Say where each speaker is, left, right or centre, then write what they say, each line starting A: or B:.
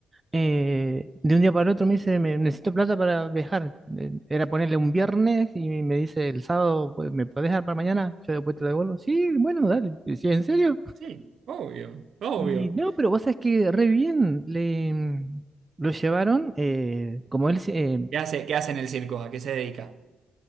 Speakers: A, on the right (about 20°); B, on the right (about 65°).
A: eh, de un día para el otro me dice, "Me- necesito plata para viajar. Eh, Era ponerle un viernes y me dice, el sábado, pues, ¿me podés dar para mañana? Yo después te lo devuelvo. Sí, bueno, dale. Sí, ¿en serio?
B: Sí, obvio, obvio.
A: Y no, pero vos sabés que re bien, le, mm, lo llevaron, eh, como él, se- eh,
B: ¿Qué hace, qué hace en el circo? ¿A qué se dedica?